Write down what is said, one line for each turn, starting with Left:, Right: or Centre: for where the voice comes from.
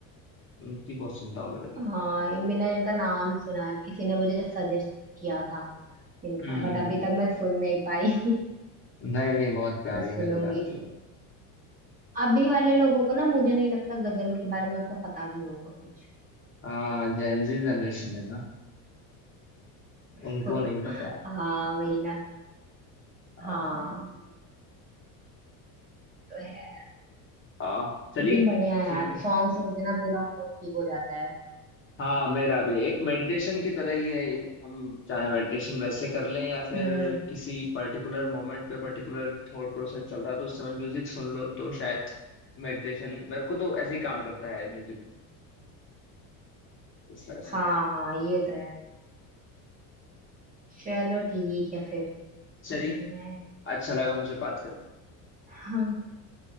Left: उनकी बहुत सुनता हूँ मैं गजल
Right: हाँ ये मैंने इनका नाम सुना है किसी ने मुझे सजेस्ट किया था इनका
Left: हम्म
Right: बट
Left: हम्म।
Right: अभी तक मैं सुन नहीं पाई
Left: नहीं नहीं बहुत प्यारी
Right: <laughs> सुनूंगी
Left: गजल गाती है
Right: अभी वाले लोगों को ना मुझे नहीं लगता गजल के बारे में उतना पता भी होगा कुछ
Left: हाँ जेनजी जनरेशन है ना
Right: <laughs>
Left: उनको
Right: हाँ
Left: नहीं पता
Right: हाँ, वही ना
Left: आ,
Right: हाँ हाँ तो है
Left: आ, चलिए
Right: लेकिन बढ़िया यार
Left: ठीक है
Right: सॉन्ग सुन के ना पूरा मूड ठीक हो जाता है
Left: हाँ मेरा भी एक मेडिटेशन की तरह ही है ये हम चाहे मेडिटेशन वैसे कर लें या फिर
Right: हम्म
Left: किसी पर्टिकुलर मोमेंट पे पर्टिकुलर थॉट प्रोसेस चल रहा है तो उस समय म्यूजिक सुन लो तो शायद मेडिटेशन मेरे को तो ऐसे ही काम करता है म्यूजिक इस तरह से
Right: हाँ हाँ ये तो है चलो ठीक है फिर
Left: चलिए
Right: बढ़िया है
Left: अच्छा लगा मुझे बात करके
Right: हाँ